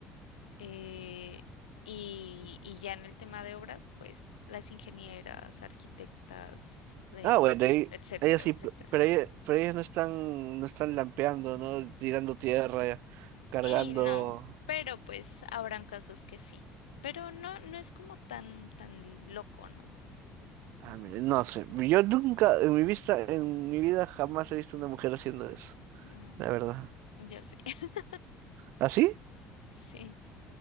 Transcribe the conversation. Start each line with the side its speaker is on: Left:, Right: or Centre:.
Left: Eh, y, y ya en el tema de obras, pues las ingenieras, arquitectas, eh,
Right: Ah, bueno, ahí-
Left: etcétera,
Right: ellas sí,
Left: etcétera.
Right: pe- pero ellas, pero ellas no están, no están lampeando, ¿no? Tirando tierra, cargando.
Left: Y no, pero pues habrán casos que sí. Pero no, no es como tan, tan loco, ¿no?
Right: Ah, mira, no sé. Yo nunca, en mi vista, en mi vida jamás he visto una mujer haciendo eso,
Left: Mm,
Right: la verdad.
Left: yo sí, <laughs>
Right: ¿Así?
Left: sí.